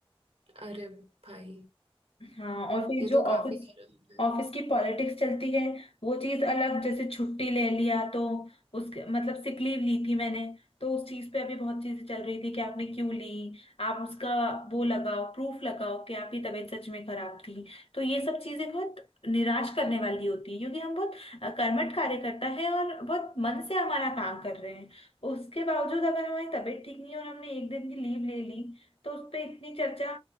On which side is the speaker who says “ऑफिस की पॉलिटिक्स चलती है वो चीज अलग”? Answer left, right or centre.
Left